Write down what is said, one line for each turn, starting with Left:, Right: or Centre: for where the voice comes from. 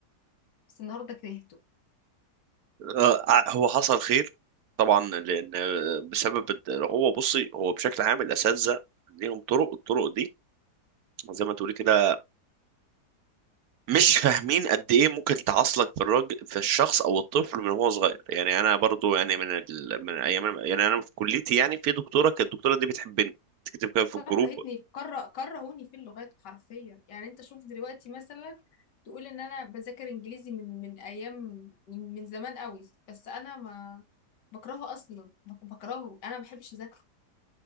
Left: بس النهارده كرهته
Right: آه، ع- هو حصل خير طبعا لان آه، بسبب الد- هو بصي هو بشكل عام الاساتذه ليهم طرق الطرق دي زي ما تقولي كده مش فاهمين قد ايه ممكن تعاصلك في الراجل في الشخص او الطفل من هو صغير يعني انا برضو يعني من ال... من ايام يعني انا في كليتي يعني في دكتوره كانت الدكتوره دي بتحبني تكتب كده في الجروب
Left: كرهتني في كره كرهوني في اللغات حرفيا يعني انت شوف دلوقتي مثلا تقول ان انا بذاكر انجليزي من من ايام من, من زمان قوي بس انا ما بكرهه اصلا بك- بكرهه انا ما بحبش اذاكره